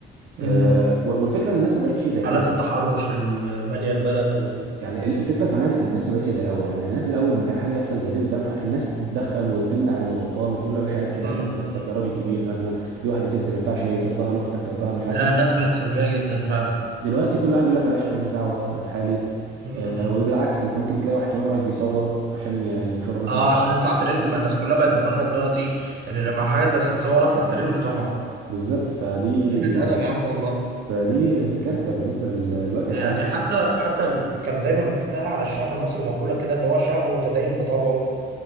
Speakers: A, on the right; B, on the right.
A: مم.
B: آه، والفكرة إن الناس ما بقتش زي الأول
A: حالات التحرش اللي مالية البلد و...
B: يعني ال- الفكره كمان ان الناس ما بقتش زي الاول يعني الناس الاول لما كان حاجه يحصل زي دي قدامها الناس تتدخل وتمنع الغلطان وتقول له يا باشا عيب كده
A: مم.
B: احترم نفسك
A: مم.
B: ده راجل كبير ده مثلا دي واحده ست ما ينفعش ترضاها لاختك ترضاها مش عارف
A: لا
B: ايه
A: الناس بقت سلبية جدا فعلا
B: دلوقتي كل واحد بيقول لك يا باشا أنا ماليش دعوه انا في حالي
A: مم.
B: آه وبالعكس انت ممكن تلاقي واحد كمان واقف بيصور عشان ي- ينشره مثلا
A: اه عشان يطلع ترند ما الناس كلها بقت دماغها دلوقتي ان لما حاجة ده تتصور اطلع ترند طبعا
B: بالظبط فدي
A: قلة أدب يا عم والله
B: فدي دي كارثه بالنسبه لل- للوقت الحالي
A: يعني
B: يعني
A: حتى حتى ال... كان دايما بتتقال على الشعب المصري مقولة كده ان هو شعب متدين بطبعه